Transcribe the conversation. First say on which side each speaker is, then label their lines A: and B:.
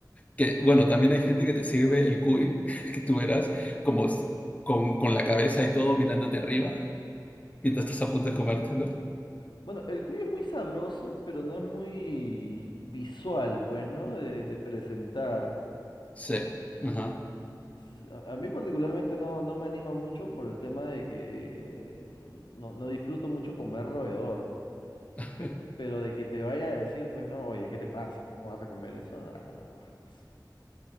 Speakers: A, on the left; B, on the left.
A: Que bueno, también hay gente que te sirve el cuy, <laughs> que tú verás como s- con, con la cabeza y todo mirándote arriba mientras estás a punto de comértelo.
B: Bueno, el cuyo es muy sabroso, pero no es muy visual, pues, ¿no? De, de presentar.
A: Sí, ajá.
B: S- A, a mí particularmente no, no me anima mucho por el tema de que mm, no, no disfruto mucho comer roedor.
A: <laughs>
B: Pe- pero de que te vaya a decir, pues, no, oye, ¿qué te pasa? ¿Cómo vas a comer eso? Ah, no, jamás.